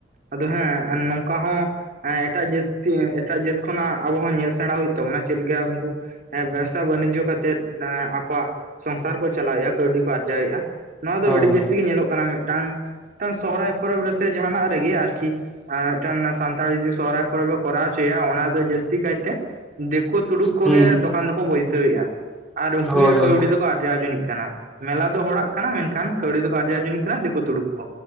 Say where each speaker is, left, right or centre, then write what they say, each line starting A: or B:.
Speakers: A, on the right (about 50°); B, in the centre.
A: ᱟᱫᱚ ᱦᱮᱸ ᱱᱚᱝᱠᱟ ᱦᱚᱸ ᱼᱼ ᱦᱮᱸ ᱮᱴᱟᱜ ᱡᱟᱹᱛᱤ ᱮᱴᱟᱜ ᱡᱟᱹᱛ ᱠᱷᱚᱱᱟᱜ ᱟᱵᱚ ᱦᱚᱸ ᱧᱮᱞ ᱥᱮᱬᱟ ᱦᱩᱭᱩᱜ ᱛᱟᱵᱚᱱᱟ ᱪᱮᱫ ᱞᱮᱠᱟ ᱩᱱᱠᱩ ᱦᱮᱸ ᱵᱮᱥ ᱼᱼ ᱵᱮᱯᱥᱟ ᱵᱟᱱᱤᱡᱽᱡᱚ ᱠᱟᱛᱮᱫ ᱟᱠᱚᱣᱟᱜ ᱥᱚᱝᱥᱟᱨ ᱠᱚ ᱪᱟᱞᱟᱣᱮᱜᱼᱟ ᱠᱟᱹᱣᱰᱤ ᱠᱚ ᱟᱨᱡᱟᱣᱮᱜᱼᱟ ᱱᱚᱣᱟ ᱫᱚ
B: ᱦᱚᱸ
A: ᱟᱹᱰᱤ ᱡᱟᱹᱥᱛᱤ ᱜᱮ ᱧᱮᱞᱚᱜ ᱠᱟᱱᱟ ᱢᱤᱫᱴᱟᱝ ᱢᱤᱫᱴᱟᱝ ᱥᱚᱦᱨᱟᱭ ᱯᱚᱨᱚᱵᱽ ᱨᱮᱥᱮ ᱡᱟᱦᱟ ᱱᱟᱜ ᱨᱮᱜᱮ ᱟᱨᱠᱤ ᱟᱨ ᱢᱤᱫᱴᱟᱝ ᱥᱟᱱᱛᱟᱲᱤ ᱡᱮ ᱥᱚᱦᱚᱨᱟᱭ ᱯᱚᱨᱚᱵᱽ ᱮ ᱠᱚᱨᱟᱣ ᱦᱚᱪᱚᱭᱟ ᱚᱱᱟ ᱫᱚ ᱡᱟᱹᱥᱛᱤ ᱠᱟᱭᱛᱮ ᱫᱮᱠᱩ ᱛᱩᱲᱩᱠ ᱠᱚᱜᱮ
B: ᱦᱩᱸ
A: ᱫᱚᱠᱟᱱ ᱫᱚᱠᱚ ᱵᱟᱹᱭᱥᱟᱹᱣᱮᱜᱼᱟ ᱟᱨ ᱩᱱᱠᱩ
B: ᱦᱳᱭ
A: ᱜᱮ ᱠᱟᱹᱣᱰᱤ
B: ᱦᱳᱭ
A: ᱫᱚᱠᱚ ᱟᱨᱡᱟᱣ ᱟᱨ ᱟᱨ ᱟᱨ ᱩᱱᱠᱩ ᱜᱮ ᱠᱟᱹᱣᱰᱤ ᱫᱚᱠᱚ ᱟᱨᱡᱟᱣ ᱡᱚᱱᱤᱡ ᱠᱟᱱᱟ ᱢᱮᱞᱟ ᱫᱚ ᱦᱚᱲᱟᱜ ᱠᱟᱱᱟ ᱢᱮᱱᱠᱷᱟᱱ ᱠᱟᱹᱣᱰᱤ ᱫᱚᱠᱚ ᱟᱨᱡᱟᱣ ᱡᱚᱱᱤᱡ ᱠᱟᱱᱟ ᱫᱤᱠᱩ ᱛᱩᱲᱩᱠ ᱠᱚ